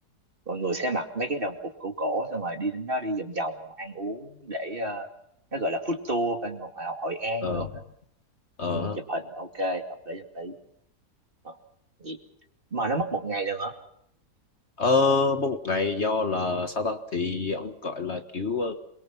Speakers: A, on the right (about 35°); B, on the left (about 45°).
A: mọi người sẽ mặc mấy cái đồng phục cổ cổ xong rồi đi đến đó đi vòng vòng ăn uống để ờ, nó gọi là food tour bên Hòa Học Hội An
B: Ờ,
A: nữa
B: ờ,
A: ừ, chụp hình ok hợp lý hợp lý Ờ, vậy mà nó mất một ngày được hả
B: ờ, mỗi một ngày do là sao ta thì ông gọi là kiểu ờ,